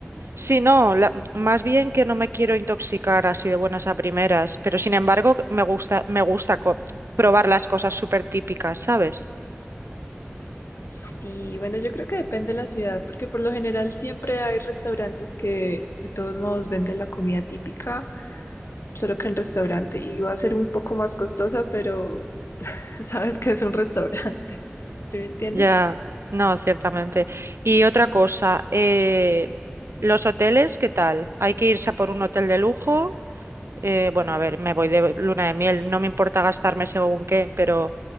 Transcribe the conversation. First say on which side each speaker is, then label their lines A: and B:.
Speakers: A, on the right (about 80°); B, on the left (about 80°).
A: Sí, no, la- más bien que no me quiero intoxicar así de buenas a primeras, pero sin embargo me gusta, me gusta co- probar las cosas súper típicas, ¿sabes?
B: Sí, bueno, yo creo que depende de la ciudad, porque por lo general siempre hay restaurantes que de todos modos venden la comida típica, solo que en restaurante, y va a ser un poco más costosa, pero <laughs> sabes que es un restaurante. <laughs> ¿Sí me entiendes?
A: Ya, no, ciertamente. Y otra cosa, eh, los hoteles, ¿qué tal? ¿Hay que irse a por un hotel de lujo? Eh, bueno, a ver, me voy de luna de miel, no me importa gastarme según qué, pero